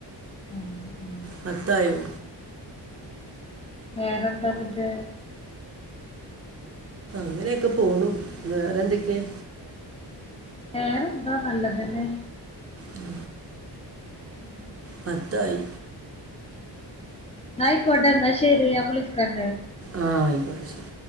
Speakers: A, on the left (about 15°); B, on the right (about 35°).
A: ആഹ് ഉം
B: പത്തായോ
A: വേറെന്താന്ന്ട്ട്
B: ഇങ്ങനെയൊക്കെ പോണു പിന്നെ വേറെന്തെക്കെയാ
A: വേറെന്താ നല്ലതല്ലേ
B: ഉം
A: ഉം
B: പത്തായി
A: എന്നായിക്കോട്ടെ എന്നാശെരി ഞാ വിളിക്കണ്ട്
B: ആഹ് ആയിക്കോട്ടെ ശെരി